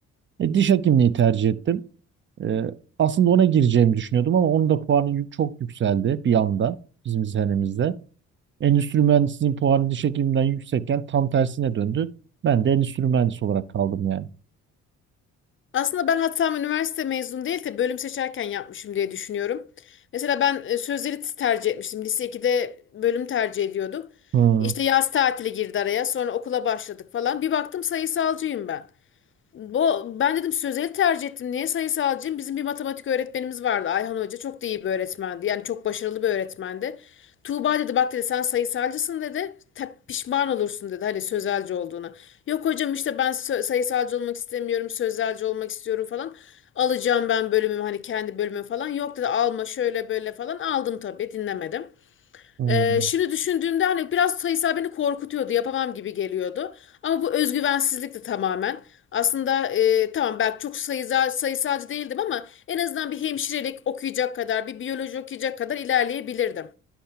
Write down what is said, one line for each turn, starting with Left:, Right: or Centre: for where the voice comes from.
Right: E, diş hekimliği tercih ettim. Ee, aslında ona gireceğimi düşünüyordum ama onun da puanı yü- çok yükseldi bir anda bizim senemizde. Endüstri mühendisliğinin puanı diş hekimliğinden yüksekken tam tersine döndü. Ben de endüstri mühendisi olarak kaldım yani.
Left: Aslında ben hatam üniversite mezun değil de bölüm seçerken yapmışım diye düşünüyorum. Mesela ben e, sözleri tercih etmiştim. Lise ikide bölüm tercih ediyordum.
Right: Hmm,
Left: İşte yaz tatili girdi araya. Sonra okula başladık falan. Bir baktım sayısalcıyım ben. Bu, ben dedim sözeli tercih ettim. Niye sayısalcıyım? Bizim bir matematik öğretmenimiz vardı. Ayhan Hoca çok da iyi bir öğretmendi. Yani çok başarılı bir öğretmendi. Tuğba dedi bak dedi sen sayısalcısın dedi. "Ta- pişman olursun dedi hani sözelci olduğuna. Yok hocam işte ben sö- sayısalcı olmak istemiyorum. Sözelci olmak istiyorum falan. Alacağım ben bölümümü hani kendi bölümümü falan. Yok dedi alma şöyle böyle falan. Aldım tabii dinlemedim.
Right: hmm.
Left: Ee, şimdi düşündüğümde hani biraz sayısal beni korkutuyordu, yapamam gibi geliyordu. Ama bu özgüvensizlikti tamamen. Aslında e, tamam belki çok sayısal, sayısalcı değildim ama en azından bir hemşirelik okuyacak kadar, bir biyoloji okuyacak kadar ilerleyebilirdim.